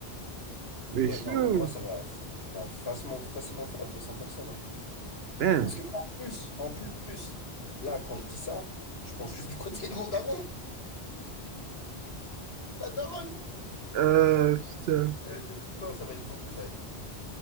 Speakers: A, on the left (about 75°); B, on the right (about 75°).
A: Donc,
B: Mais
A: ouais,
B: chaud.
A: non, moi, ça va. Ça va facilement, facilement faire 200 personnes, hein.
B: Damn.
A: Parce que, en plus, en plus, là, quand je dis ça, je pense juste du côté de mon daron. La daronne!
B: Euh, putain.
A: Euh, côté de- Non, ça va être beaucoup, ça va être beaucoup.